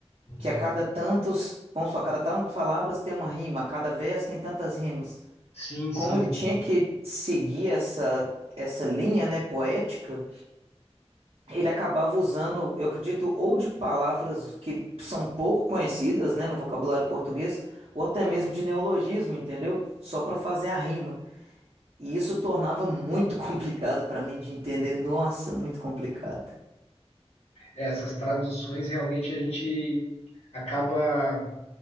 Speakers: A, on the left; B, on the right.
A: Uhum.
B: Que a cada tantos, vamos supor, a cada tantas palavras tem uma rima, a cada verso tem tantas rimas.
A: Sim, sim.
B: Como ele tinha que seguir essa essa linha, né, poética, ele acabava usando, eu acredito, ou de palavras que são pouco conhecidas, né, no vocabulário português, ou até mesmo de neologismo, entendeu? Só para fazer a rima. E isso tornava muito <laughs> complicado para mim de entender. Nossa, muito complicado.
A: É, essas traduções realmente a gente acaba.